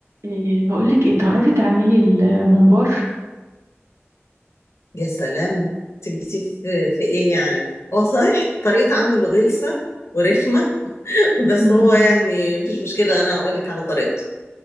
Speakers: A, on the right; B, on the left.
A: إيه بقولك ايه تعرفي تعملي الممبار
B: يا سلام تجيتي في في ايه يعني هو صحيح طريقة عمله غلسة ورخمة <laughs> بس
A: مم.
B: هو يعني مفيش مشكلة انا هقول لك على طريقته